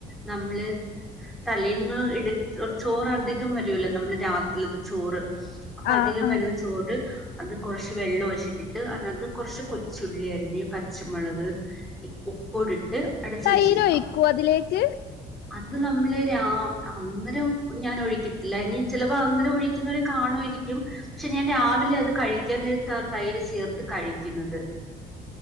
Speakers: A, in the centre; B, on the left.
A: നമ്മള് തലൽന്ന് ഇടു ചോറ അധികം വരുല്ലോ നമ്മള് രാത്രിത് ചോറ് അപ്പൊ
B: ആ
A: അധികം
B: ആ
A: വരുന്ന ചോറ് അത് കുറച്ച് വെള്ളം ഒച്ചിട്ടിട്ട് അതിനത് കുറച്ച് കൊച്ചുള്ളി അരിഞ്ഞ് പച്ചമുളക് <unintelligible>
B: തൈര്
A: വെച്ചിരിക്കണം
B: ഒഴിക്കൂ അതിലേക്ക്
A: അത് നമ്മള് രാ അന്നേരം ഞാൻ ഒഴിക്കത്തില്ല ഇനി ചിലപ്പോ അന്നേരം ഒഴിക്കുന്നവരെ കാണുമായിരിക്കും പക്ഷെ ഞാൻ രാവിലെ അത് കഴിക്കാൻ നേരത്ത് ആ തൈര് ചേർത്ത് കഴിക്കുന്നത്